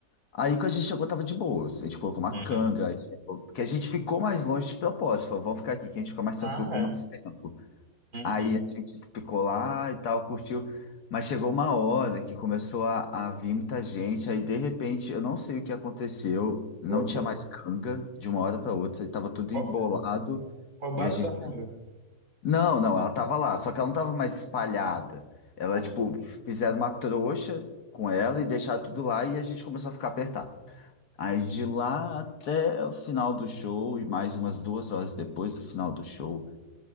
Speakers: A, on the left; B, on the right.
A: Aí quando a gente chegou, tava de boas. A gente colocou uma
B: Uhum.
A: canga. aí tinha- Porque a gente ficou mais longe de propósito. Falou, vamos ficar aqui, que a gente fica mais
B: Ah,
A: tranquilo por
B: é.
A: mais tempo.
B: Uhum.
A: Aí a gente ficou lá e tal, curtiu. Mas chegou uma hora que começou a, a vir muita gente. Aí, de repente, eu não sei o que aconteceu. Não
B: Loucura.
A: tinha mais canga de uma hora para outra. E tava tudo
B: Rou-
A: embolado.
B: Roubaram
A: E a gente
B: tua carga.
A: não, não, ela tava lá, só que ela não tava mais espalhada. Ela,
B: Ah,
A: tipo, fizeram uma trouxa com ela e deixaram tudo lá e a gente começou a ficar apertado. Aí de lá até o final do show e mais umas duas horas depois do final do show,